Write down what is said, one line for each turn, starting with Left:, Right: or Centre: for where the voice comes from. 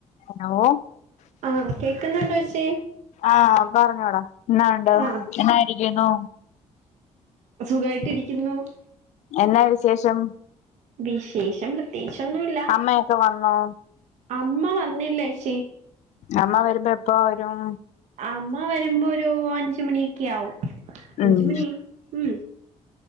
Left: Hello?
Right: ആഹ് കേക്കുന്നുണ്ടോച്ചി?
Left: ആഹ് പറഞ്ഞോടാ എന്നാ ഉണ്ട്
Right: ആഹ്
Left: എന്നായിരിക്കുന്നു?
Right: സുഖായിട്ട് ഇരിക്കുന്നു.
Left: എന്ന വിശേഷം?
Right: വിശേഷം പ്രത്യേകിച്ച് ഒന്നുല്ല
Left: അമ്മയൊക്കെ വന്നോ
Right: അമ്മ വന്നില്ലേച്ചി.
Left: അമ്മ വരുമ്പോ എപ്പ വരും?
Right: അമ്മ വരുമ്പോ ഒരു അഞ്ചുമണിയൊക്കെ ആവും. അഞ്ചുമണി.
Left: ഉം
Right: ഉം